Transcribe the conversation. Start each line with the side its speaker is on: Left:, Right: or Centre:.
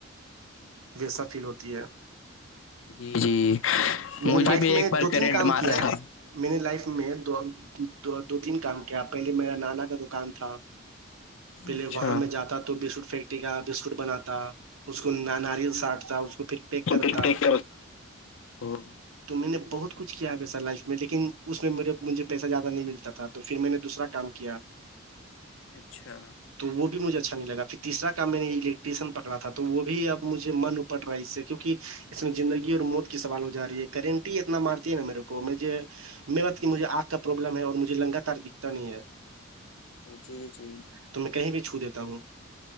Right: ویسا فیل ہوتی ہے
Left: جی جی
Right: <inaudible> میں نے
Left: مجھے
Right: لائف
Left: بھی
Right: میں
Left: ایک بار
Right: دو تین
Left: کرنٹ
Right: کام
Left: مارا
Right: کیا ہے
Left: تھا
Right: میں نے لائف میں دو دو دو تین کام کیا پہلے میرا نانا کا دکان تھا پہلے
Left: اچھا
Right: وہاں میں جاتا تھا تو بسکٹ فیکٹری کا بسکٹ بناتا اس کو ناریل سٹتا اس کو پھر پیک
Left: تو
Right: کرتا
Left: ٹک ٹیک او
Right: تو میں نے بہت کچھ کیا ہے ویسا لائف میں لیکن اس میں میرے مجھے پیسہ زیادہ نہیں ملتا تھا تو پھر میں نے دوسرا کام کیا
Left: اچھا
Right: تو وہ بھی مجھے اچھا نہیں لگا پھر تیسر کام میں نے الیکٹریسن پکڑا تھا تو وہ بھی اب مجھے من اٹ رہا ہے اس سے کیکہ اس میں زندگی اور موت کی سوال ہو جا رہی ہے کرنٹی اتنا مارتی ہے نا میرے کو میںھے میں م کہ مجھے آگ کا پرابلم ہے اورجھے لنگااتار دکھتا نہیں ہے
Left: جی جی
Right: تو میں کہیں بھی چھو دیتا ہوں